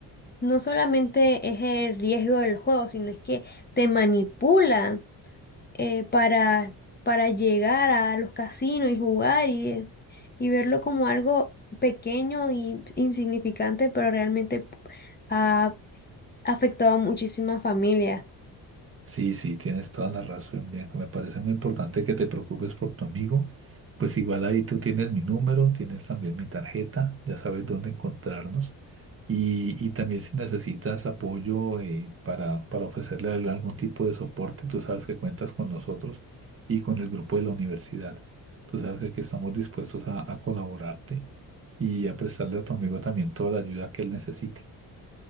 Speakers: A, on the left (about 25°); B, on the right (about 35°).
A: no solamente es el riesgo del juego, sino es que te manipulan eh, para, para llegar a los casinos y jugar y, eh, y verlo como algo pequeño y insignificante, pero realmente ha afectado a muchísimas familias.
B: Sí, sí, tienes toda la razón, Bianca. Me parece muy importante que te preocupes por tu amigo. Pues igual ahí tú tienes mi número, tienes también mi tarjeta, ya sabes dónde encontrarnos. Y, y también si necesitas apoyo eh, para, para ofrecerle a él algún tipo de soporte, tú sabes que cuentas con nosotros y con el grupo de la universidad. Tú sabes que aquí estamos dispuestos a, a colaborarte y a prestarle a tu amigo también toda la ayuda que él necesite.